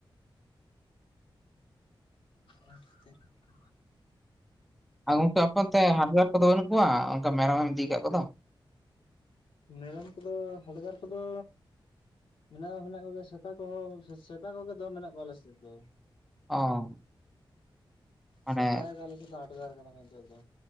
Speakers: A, on the left (about 75°); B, in the centre.
A: ᱚᱱᱟ ᱠᱷᱟᱹᱛᱤᱨ ᱜᱮᱛᱚ
B: ᱟᱨ ᱜᱚᱝᱠᱮ ᱟᱯᱮ ᱚᱱᱛᱮ ᱦᱟᱰᱜᱟᱨ ᱠᱚᱫᱚ ᱵᱟᱹᱱᱩᱜ ᱠᱚᱣᱟ ᱚᱱᱠᱟ ᱢᱮᱨᱚᱢ ᱮᱢ ᱤᱫᱤ ᱟᱠᱟᱫ ᱠᱚᱫᱚ
A: ᱢᱮᱨᱚᱢ ᱠᱚᱫᱚ ᱦᱟᱰᱜᱟᱨ ᱠᱚᱫᱚ ᱢᱮᱱᱟᱜ ᱫᱚ ᱢᱮᱱᱟᱜ ᱠᱚᱜᱮ ᱥᱮᱛᱟ ᱠᱚᱦᱚᱸ ᱥᱮᱛᱟ ᱠᱚᱜᱮ ᱫᱚ ᱫᱚᱢᱮ ᱢᱮᱱᱟᱜ ᱠᱚᱣᱟ ᱟᱞᱮ ᱥᱮᱫ ᱫᱚ
B: ᱚ ᱢᱟᱱᱮ
A: ᱥᱮᱛᱟ ᱜᱮ ᱟᱞᱮ ᱥᱮᱫ ᱫᱚ ᱦᱟᱰᱜᱟᱨ ᱠᱟᱱᱟ ᱠᱚ ᱱᱤᱛᱚᱜ ᱫᱚ